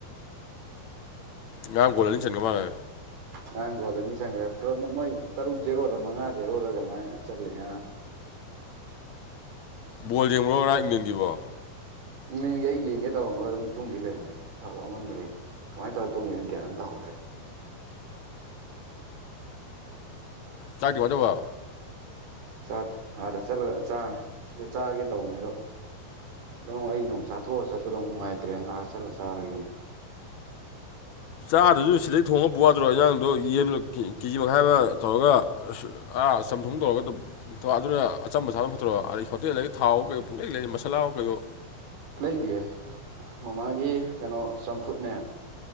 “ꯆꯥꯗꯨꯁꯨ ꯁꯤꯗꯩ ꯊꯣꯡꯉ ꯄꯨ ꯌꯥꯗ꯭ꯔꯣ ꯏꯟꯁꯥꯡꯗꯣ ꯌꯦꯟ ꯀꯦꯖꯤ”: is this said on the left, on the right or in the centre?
Left